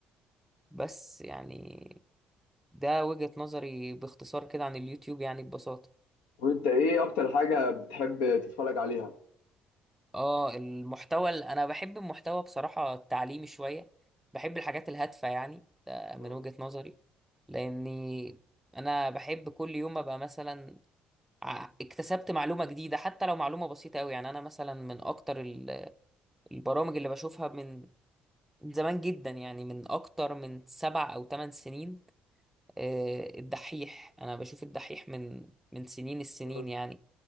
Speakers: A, in the centre; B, on the left.
A: بس يعني ده وجهة نظري باختصار كده عن اليوتيوب يعني ببساطة
B: وانت ايه اكتر حاجه بتحب تتفرج عليها
A: اه المحتوى ال- انا بحب المحتوى بصراحة التعليمي شوية بحب الحاجات الهادفة يعني ده من
B: اه
A: وجهة نظري لاني انا بحب كل يوم ابقى مثلا ع- اكتسبت معلومة جديدة حتى لو معلومة بسيطة قوي يعني انا مثلا من اكتر ال- البرامج اللي بشوفها من من زمان جدا يعني من اكتر من سبع او ثمان سنين آه، الدحيح انا بشوف الدحيح من من سنين السنين
B: اه
A: يعني